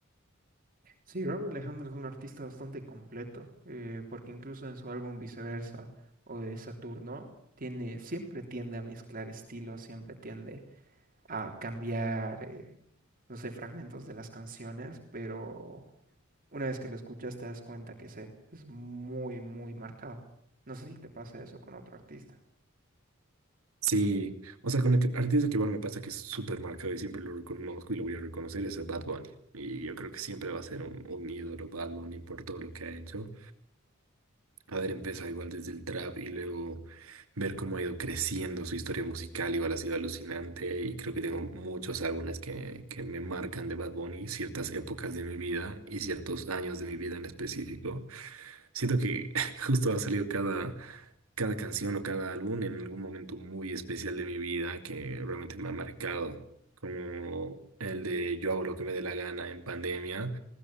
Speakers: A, on the right (about 40°); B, on the right (about 80°).
A: Sí, Robert Alejandro es un artista bastante completo, eh, porque incluso en su álbum Viceversa o de Saturno, tiene, siempre tiende a mezclar estilos, siempre tiende a cambiar, eh, no sé, fragmentos de las canciones, pero una vez que lo escuchas te das cuenta que es él, es muy, muy marcado. No sé si te pasa eso con otro artista.
B: Sí, o sea, con el que- artista que igual me pasa que es súper marcado y siempre lo reconozco y lo voy a reconocer es a Bad Bunny. Y yo creo que siempre va a ser un, un ídolo Bad Bunny por todo lo que ha hecho. haber empezado igual desde el trap y luego ver cómo ha ido creciendo su historia musical, igual ha sido alucinante y creo que tengo muchos álbumes que, que me marcan de Bad Bunny, ciertas épocas de mi vida y ciertos años de mi vida en específico. Siento que <laughs> justo ha salido cada, cada canción o cada álbum en algún momento muy especial de mi vida que realmente me ha marcado, como el de Yo hago lo que me dé la gana en pandemia